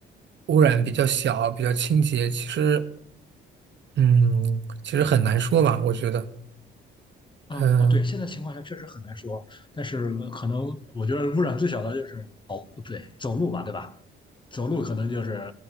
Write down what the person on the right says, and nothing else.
污染比较小、比较清洁，其实。嗯，其实很难说吧，我觉得，
嗯